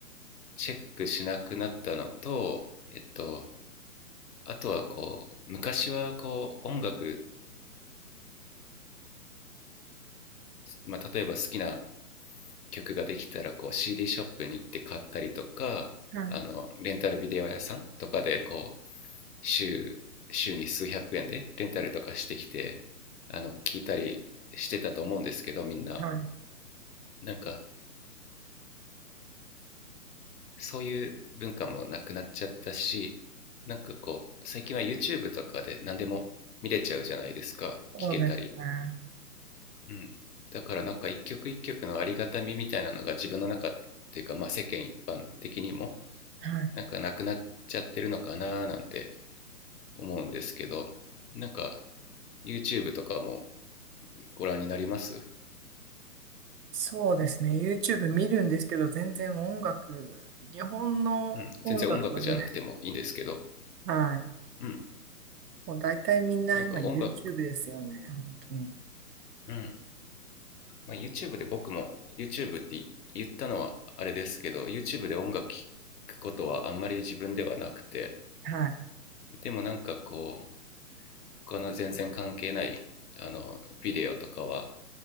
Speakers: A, on the left (about 70°); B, on the right (about 85°).
A: チェックしなくなったのと、えっと、あとはこう、昔はこう、音楽、まあ、例えば好きな曲ができたらこう、CD ショップに行って買ったりとか、
B: はい。
A: あの、レンタルビデオ屋さんとかでこう、週、週に数百円でレンタルとかしてきて、あの、聞いたりしてたと思うんですけど、みんな。
B: はい。
A: なんか、そういう文化もなくなっちゃったし、なんかこう、最近は YouTube とかで何でも見れちゃうじゃないですか。
B: そうですね。
A: 聞けたりうん、だからなんか一曲一曲のありがたみみたいなのが自分の中っていうか、まあ、世間一般的にも
B: はい。
A: なんかなくなっちゃってるのかななんて思うんですけどなんか YouTube とかもご覧になります
B: そうですね。YouTube 見るんですけど、全然音楽、日本の音楽はね、
A: うん、全然音楽じゃなくてもいいんですけど、
B: はい。
A: うん、
B: もう大体みんな今
A: なんか音楽、
B: YouTube ですよね。本当に。
A: うんまあ、YouTube で僕も YouTube って言ったのはあれですけど YouTube で音楽聴くことはあんまり自分ではなくて
B: はい。
A: でもなんかこう他の全然関係ないあのビデオとかは